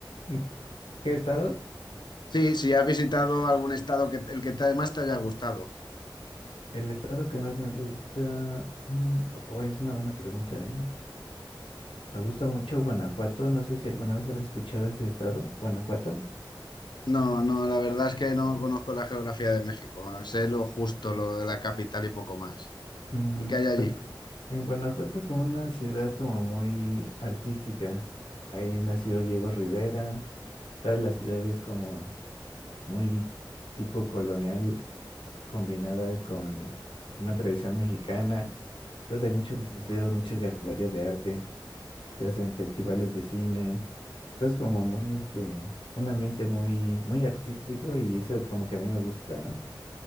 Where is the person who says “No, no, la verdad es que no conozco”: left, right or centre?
Left